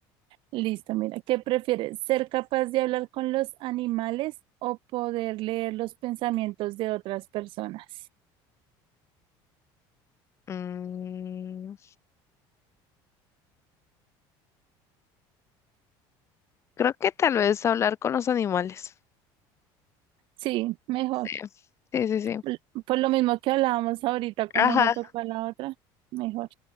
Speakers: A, on the right (about 60°); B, on the left (about 30°).
A: Listo, mira, ¿qué prefieres? ¿Ser capaz de hablar con los animales o poder leer los pensamientos de otras personas?
B: Mm, creo que tal vez hablar con los animales.
A: Sí, mejor.
B: Sí, sí, sí, sí.
A: Por por lo mismo que hablábamos ahorita cuando
B: Ajá.
A: me tocó la otra, mejor.